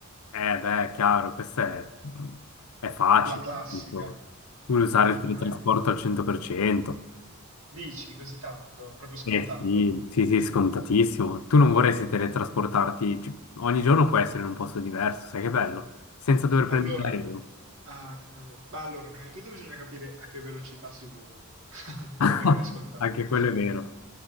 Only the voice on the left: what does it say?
Eh beh, è chiaro, questo è, è facile,
tipo, vuoi usare
il teletrasporto
al 100%?
Eh sì, sì, sì, scontatissimo. Tu non vorresti teletrasportarti, ci- ogni giorno puoi essere in un posto diverso, sai che bello, senza dover prendere
l'aereo.
<laughs>
Anche quello è vero.